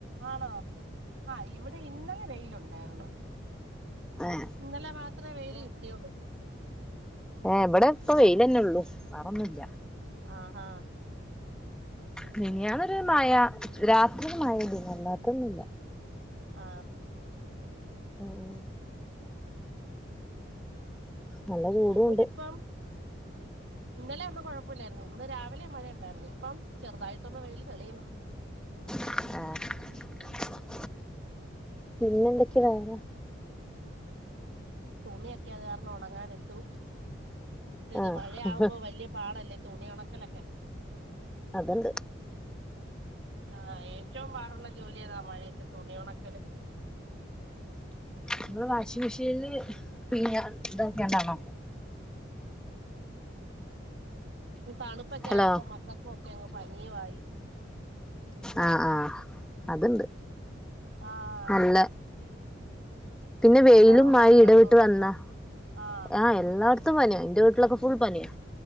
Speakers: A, on the right; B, in the centre.
A: ആണോ ആ ഇവടെ ഇന്നലെ വെയിലുണ് ണ്ടായിർന്നു
B: ഏഹ്
A: ഇന്നലെ മാത്രേ വെയില് കിട്ടിയുള്ളൂ
B: ഏ ബടെ പ്പൊ വെയിലെന്നുള്ളു വേറൊന്നുല്ല
A: ആ ഹാ
B: മിനിഞ്ഞാന്നൊരു മയ രാത്രിയി മയ <unintelligible> അല്ലാത്ത ഒന്നുല്ല
A: ആ
B: മ്മ് നല്ല ചൂടും
A: ഉള്ളൂരിപ്പം
B: ഉണ്ട്
A: ഇന്നലെയാവുമ്പോ കുഴപ്പല്ലായിർന്നു ഇന്ന് രാവിലെ മഴ ണ്ടായിർന്നു പ്പം ചെറുതായ്ട്ടൊന്ന് വെയില് തെളിയുന്നു
B: ആ പിന്നെന്തൊ ക്കെ വേറെ
A: തുണിയൊക്കെ അത് കാരണം ഉണങ്ങാനിട്ടു അതേദേ
B: ആഹ്
A: മഴയാകുമ്പോ വലിയ പാടല്ലേ തുണിയുണക്കലൊക്കെ
B: അതുണ്ട്.
A: ആ.. ഏറ്റവും പാടുള്ള ജോലിയതാ മഴയത്ത് തുണിയുണക്കല്,
B: നമ്മള്‌വാഷിംഗ് മെഷീനില് പിഴിഞ്ഞ ഇതൊക്കൊ ണ്ടാണോ
A: തണുപ്പൊക്കെയായപ്പോ
B: ഹലോ
A: മക്കൾക്കുവൊക്കെയങ്ങു, പനിയുമായി
B: അ... ആ.. അതുണ്ട്
A: ആഹ്
B: നല്ല, പിന്നെ വെയിലുംമഴയുമിടവിട്ട്
A: എല്ലായിടവും പനിയാണെന്ന് തോന്നുന്നു
B: വന്നാ,
A: ഇപ്പൊ ആഹ്
B: ആ.. എന്നോർ ത്തും പനിയായെന്റെ വീട്ടിലൊക്കെഫുൾ പനിയാ